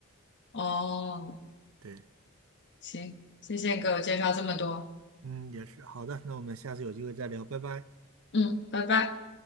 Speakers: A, on the left; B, on the right.
A: 哦，
B: 对。
A: 行，谢谢你给我介绍这么多，
B: 嗯，也是。好的，那我们下次有机会再聊，拜拜。
A: 嗯，拜拜。